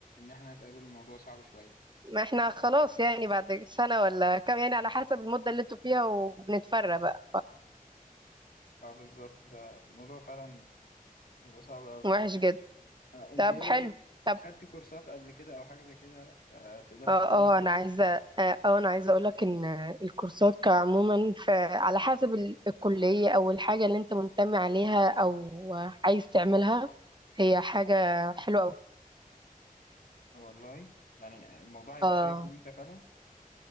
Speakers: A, on the left; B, on the right.
A: احنا نتقابل الموضوع صعب شوية
B: ما احنا خلاص يعني بعد سنة ولا كام يعني على حسب المدة اللي انتوا فيها وبنتفرق بقى
A: اه بالظبط فالموضوع فعلا بيبقى صعب أوي
B: فوحش جدا
A: آه، أنت
B: طب
A: إيه رأيك؟
B: حلو طب
A: خدتي كورسات قبل كده أو حاجة زي كده آه، تقدري
B: اه
A: تفتيني فيها؟
B: اه انا عايزة اه آه، انا عايزة اقولك ان الكورسات كعموما ف- على حسب ال- الكلية او الحاجة اللي انت منتمي عليها او عايز تعملها هي حاجة حلوة اوي
A: آه، والله يعني الموضوع هيبقى
B: اه
A: شيق وممتع فعلا